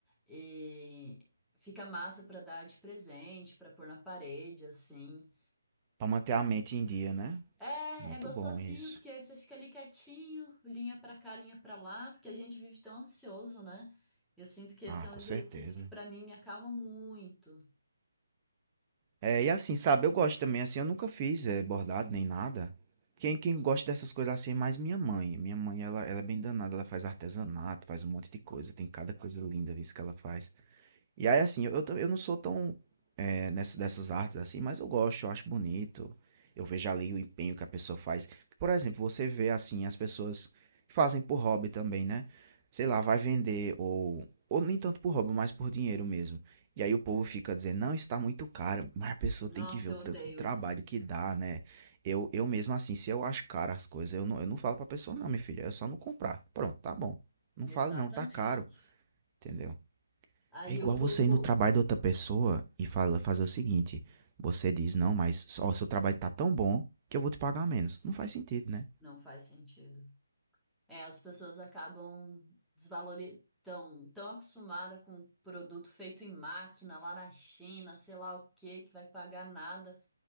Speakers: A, in the centre; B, on the right.
A: e fica massa pra dar de presente, pra pôr na parede, assim.
B: para manter a mente em dia, né?
A: É,
B: Muito
A: é gostosinho,
B: bom isso.
A: porque aí você fica ali quietinho, linha pra cá, linha pra lá, porque a gente vive tão ansioso, né? Eu sinto que esse
B: Ah,
A: é um
B: com
A: exercício
B: certeza.
A: que pra mim me acalma muito.
B: É, e assim, sabe, eu gosto também, assim, eu nunca fiz eh, bordado nem nada. Quem, quem gosta dessas coisas assim é mais minha mãe. Minha mãe, ela, ela é bem danada, ela faz artesanato, faz um monte de coisa, tem cada coisa linda, viu, isso que ela faz. E aí, assim, eu, eu tam- eu não sou tão, é, nessa, dessas artes assim, mas eu gosto, eu acho bonito. Eu vejo ali o empenho que a pessoa faz. Por exemplo, você vê assim as pessoas que fazem por hobby também, né? Sei lá, vai vender ou ou nem tanto por hobby, mas por dinheiro mesmo. E aí o povo fica dizendo, não, está muito caro, mas a pessoa
A: Nossa,
B: tem que ver o
A: eu
B: tanto
A: odeio
B: de trabalho
A: isso.
B: que dá, né? Eu, eu mesmo assim, se eu acho caro as coisas, eu não, eu não falo pra pessoa, não, minha filha, é só não comprar. Pronto, tá bom. Não
A: Exatamente.
B: fale não, tá caro, entendeu?
A: Aí
B: É igual
A: o
B: você
A: povo
B: ir no trabalho da outra pessoa e fala, fazer o seguinte: você diz, não, mas ó, seu trabalho tá tão bom que eu vou te pagar menos. Não faz sentido, né?
A: não faz sentido. É, as pessoas acabam desvalorizando, tão, tão acostumada com produto feito em máquina lá na China, sei lá o que que vai pagar nada.